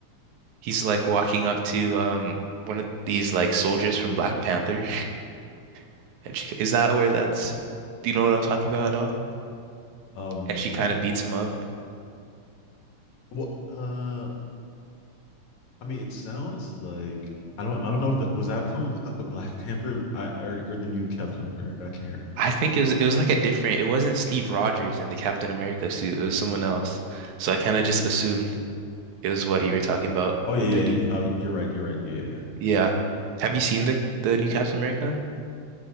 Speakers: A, on the right (about 85°); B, on the left (about 75°).
A: he's like walking up to um one of these like soldiers from Black Panther <laughs> and she is that where that's do you know what I'm talking about at all?
B: Um,
A: And she kind
B: I
A: of beats him up.
B: well, uh, I mean, it sounds like I don't I don't know if that was that from <laughs> Black Panther I, or or the new Captain America. I can't
A: I think it was it was like a different it wasn't Steve Rogers in the Captain America suit, it was someone else. So I kind of just assumed it was what you were talking about
B: Oh yeah,
A: with
B: yeah.
A: the
B: yeah, You know, you're right. You're right. Yeah, yeah, yeah.
A: Yeah. Have you seen the the new Captain America?